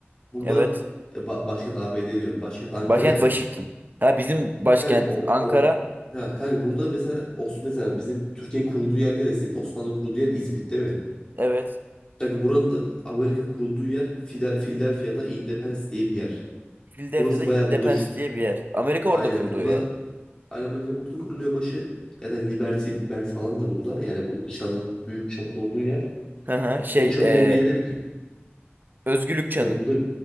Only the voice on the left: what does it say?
Burada
e, ba- başkent ABD diyorum. Başkent Ankara
ya.
Kanka, o,
o ha, kanka burada mesela Os mesela bizim Türkiye'nin kurulduğu yer neresi? Osmanlı kurulduğu yer İzmit değil mi?
Kanka buranın da Amerika kurulduğu yer Fida- Philadelphia'da Independence diye bir yer.
Burası
bayağı burada ç-
aynen
burada
aynen böyle burada kuruluyor başı. Ya Liberty Bell falan da burada. Yani bu çanın büyük çanın olduğu yer.
O çanın
olduğu yere bir
ya burada